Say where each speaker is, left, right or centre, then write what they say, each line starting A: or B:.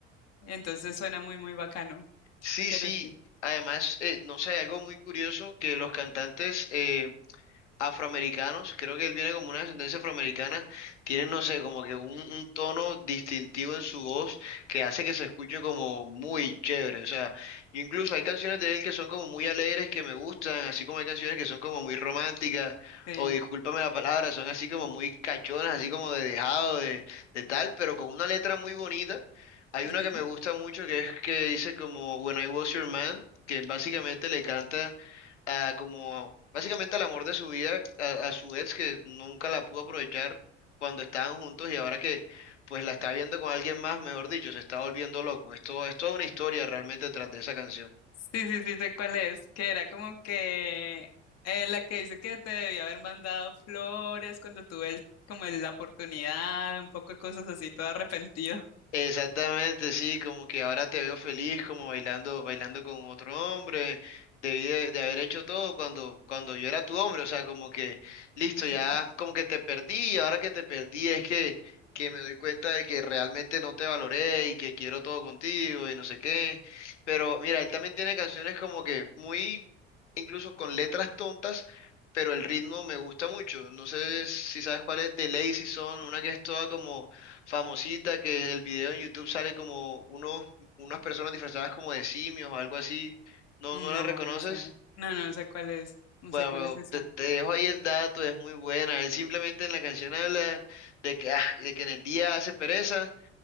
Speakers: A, on the left; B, on the left.
A: Entonces suena muy, muy bacano.
B: Sí,
A: Pero
B: sí.
A: sí.
B: Además, eh, no sé, algo muy curioso que los cantantes eh, afroamericanos, creo que él viene como una descendencia afroamericana, tienen, no sé, como que un, un tono distintivo en su voz que hace que se escuche como muy chévere, o sea, incluso hay canciones de él que son como muy alegres, que me gustan, así como hay canciones que son como muy románticas,
A: Sí.
B: o discúlpame la palabra, son así como muy cachonas, así como de dejado, de, de tal, pero con una letra muy bonita. Hay
A: Ujú.
B: una que me gusta mucho que es que dice como When I Was Your Man, que básicamente le canta a como básicamente al amor de su vida, a, a su ex que nunca la pudo aprovechar cuando estaban juntos y ahora que pues la está viendo con alguien más, mejor dicho, se está volviendo loco. Esto es toda una historia realmente tras de esa canción.
A: Sí, sí, sí, sé cuál es, que era como que eh, la que dice que te debía haber mandado flores cuando tuve el- como el- la oportunidad, un poco de cosas así, todo arrepentido. <laughs>
B: Exactamente, sí, como que ahora te veo feliz, como bailando, bailando con otro hombre, debí de, de haber hecho todo cuando, cuando yo era tu hombre, o sea, como que, listo,
A: Ujú.
B: ya, como que te perdí, y ahora que te perdí es que, que me doy cuenta de que realmente no te valoré y que quiero todo contigo y no sé qué, pero mira, él también tiene canciones como que muy, incluso con letras tontas, pero el ritmo me gusta mucho, no sé si sabes cuál es, de Lazy Son, una que es toda como famosita que el video en YouTube sale como unos, unas personas disfrazadas como de simios o algo así. ¿No,
A: No,
B: no la reconoces?
A: no sé. No, no sé cuál es. No
B: Bueno,
A: sé cuál
B: bueno,
A: es esa.
B: te, te
A: <laughs>
B: dejo ahí el dato, es muy buena. Él simplemente en la canción habla de que, ah, de que en el día hace pereza,